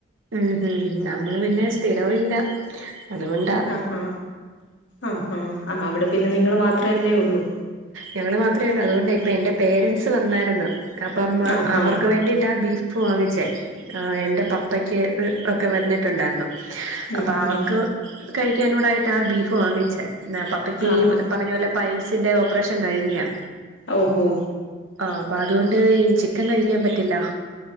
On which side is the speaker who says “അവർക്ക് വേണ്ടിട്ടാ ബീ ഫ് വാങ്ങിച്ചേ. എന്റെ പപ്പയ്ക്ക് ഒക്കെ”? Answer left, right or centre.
Right